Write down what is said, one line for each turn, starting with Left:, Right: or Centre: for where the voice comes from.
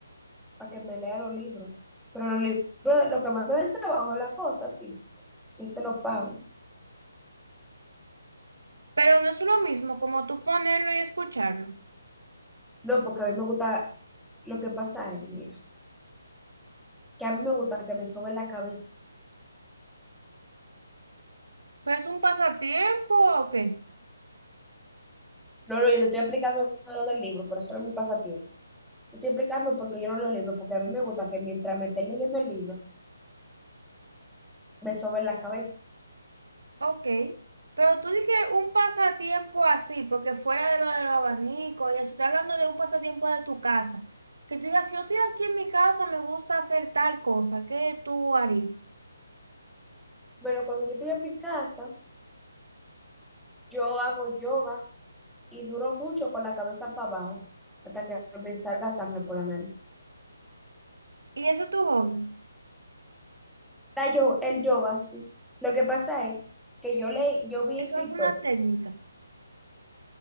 Centre: para que me lea los libros. Pero los libros, lo que manda del trabajo, la cosa, sí. Yo se lo pago.
Right: Pero no es lo mismo como tú ponerlo y escucharlo.
Centre: No, porque a mí me gusta. Lo que pasa es, mira, que a mí me gusta que me sobe la cabeza.
Right: Pero es un pasatiempo, ok.
Centre: No, no, yo te estoy explicando lo del libro, pero eso no es mi pasatiempo. Te estoy explicando porque yo no leo libros, porque a mí me gusta que mientras me esté leyendo el libro, me sobe la cabeza.
Right: Ok. Pero tú dices un pasatiempo así, porque fuera de lo de los abanicos y eso, estoy hablando de un pasatiempo de tu casa. Que tú digas, yo estoy aquí en mi casa, me gusta hacer tal cosa, ¿qué tú harías?
Centre: Bueno, cuando yo estoy en mi casa, yo hago yoga y duró mucho con la cabeza para abajo hasta que me salga sangre por la nariz.
Right: Y ese es tu hobby.
Centre: La yo, el yoga, sí. Lo que pasa es que yo le, yo vi
Right: Eso
Centre: en TikTok,
Right: es alguna técnica.